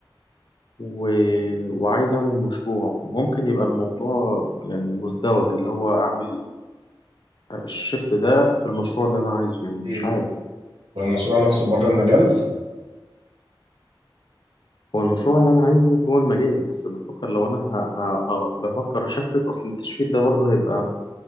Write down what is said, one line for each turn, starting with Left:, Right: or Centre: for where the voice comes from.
Left: و... وعايز أعمل مشروع وممكن يبقى الموضوع يعني مزدوج اللي هو أعمل الشيفت ده في المشروع اللي أنا عايزه يعني
Right: امم
Left: مش عارف
Right: والمشروع نفسه بره المجال
Left: هو المشروع اللي أنا عايزه جوه المجال بس بفكر لو أنا ه... ه... ه... بفكر أشفت أصل التشفيت ده برضه هيبقى